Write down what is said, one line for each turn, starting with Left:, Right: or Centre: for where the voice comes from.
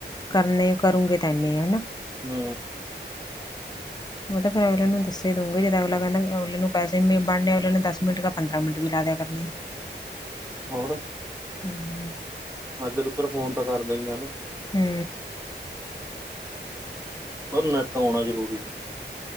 Left: ਕਰਨੇ ਕਰੂੰਗੇ ਤਾਂ ਇਨੇ ਆ ਹਨਾ।
Right: ਹੂ
Left: ਉਹ ਤਾਂ ਫਿਰ ਅਗਲੇ ਨੂੰ ਦੱਸ ਦਂਗੇ ਜਦੋਂ ਅਗਲਾ ਕਹਿੰਦਾ ਅਗਲੇ ਨੂੰ ਪੈਸੇ ਬਣਨ ਆ ਅਗਲੇ ਨੂੰ ਦ ਮਿੰਟ ਕੇ ਪੰਦਰਾਂ ਮਿੰਟ ਵੀ ਲਾ ਦਿਆ ਕਰ। ਹਨ।
Right: ਹੋਰ।
Left: ਹੂੰ
Right: ਹਾਂ ਫਿਰ ਉੱਧਰ ਫੋਨ ਤਾਂ ਕਰ ਦਈ ਹੀ ਹਾਂ ਨਾ।
Left: ਹੂ
Right: ਪਰ ਨੈੱਟ ਆਉਣਾ ਜ਼ਰੂਰੀ।